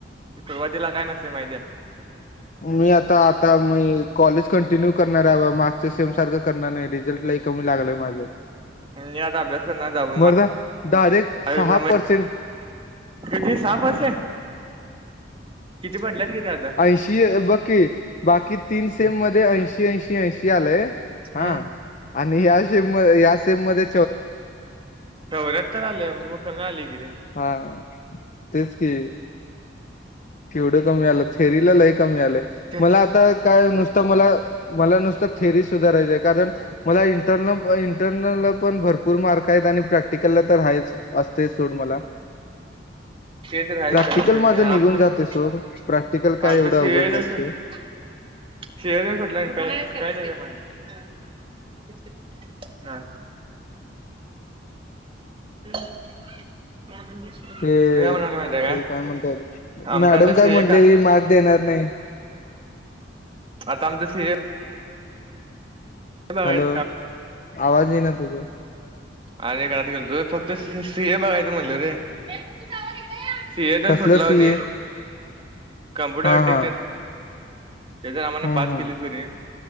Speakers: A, on the right (about 30°); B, on the left (about 40°).
A: सुरुवातीला काय नसते माहिती आहे.
B: मी आता आता मी कॉलेज कंटिन्यू करणार भावा मार्क्सच्या सेम सारखं करणार. नाही रिझल्ट लाही कमी लागलंय. माझं
A: मी आता अभ्यास करणार जाऊन
B: मर्दा
A: आयष्यामध्ये
B: डायरेक्ट सहा पर्सेंट
A: किती सहा पर्सेंट किती पडलेत किती आता
B: शी हे बग की बाकी तीन सेम मध्ये ऐंशी ऐंशी ऐंशी आलंय.
A: हम्म
B: हा आणि <unintelligible> <unintelligible> या सेममध्ये
A: चौऱ्याहत्तर आले मग कमी आले कि रे
B: हा तेच कि केवढं कमी आलं थेरीला लय कमी आले
A: ते
B: मला आता काय नुस त मला मला नुसत थेरी सुधारायचं ये कारण मला इंटरनल इंटरनल ला पण भरपूर मार्कयत आणि प्रॅक्टिकलला तर हायच असतयच सोड मला
A: ते <unintelligible>
B: प्रॅक्टिकल माझं निघून जाते सोड प्रॅक्टिकल काय
A: आमच्या
B: एवढं
A: सी
B: अवघड
A: ए. <unintelligible> <unintelligible> <unintelligible> <unintelligible>
B: नसते
A: <inaudible>
B: ते
A: मी काय म्हणाले माहितीय
B: अरे काय म्हणत
A: आमचं
B: मॅडम
A: आता
B: काय
A: सीए
B: म्हणलेली
A: का
B: मार्क्स देणार नाही.
A: आता आमचं सीए बघायचं
B: हॅलो आवाज येईना तुझ.
A: अर एक <unintelligible> फक्त सी ये बघायचं म्हणलं रे. <unintelligible> सी ए तर
B: कसलं
A: सुटला
B: सी
A: होणे
B: ए
A: कमप्युटर
B: हा
A: आर्टिटेक्चर
B: हा
A: त्याचा आम्हाला
B: हम्म
A: पाच
B: हम्म
A: किलो कनी